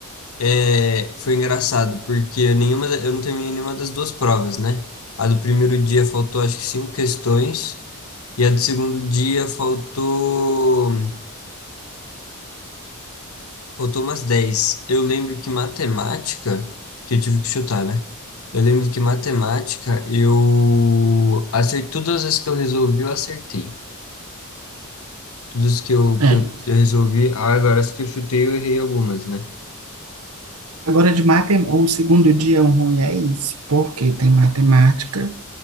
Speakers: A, on the left; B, on the right.
A: é, foi engraçado, porque nenhuma, da- eu não terminei nenhuma das duas provas, né? A do primeiro dia faltou acho que cinco questões, e a do segundo dia faltou, faltou umas dez. Eu lembro que matemática, que eu tive que chutar, né? Eu lembro que matemática, eu acertei, todas as que eu resolvi, eu acertei. Todas que eu,
B: É.
A: que eu, eu resolvi, ah, agora as que eu chutei, eu errei algumas, né?
B: Agora de matemática, o segundo dia ruim é isso, porque tem matemática